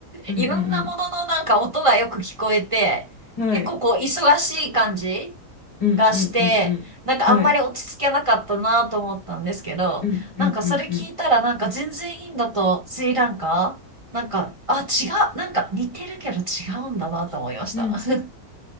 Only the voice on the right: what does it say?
いろんなもののなんか音がよく聞こえて、
結構こう忙しい感じ
がして、なんかあんまり落ち着けなかったなと思ったんですけど、
なんかそれ聞いたらなんか全然インドとスリランカなんか、あ、違う、なんか似てるけど違うんだなと思いました。
<laughs>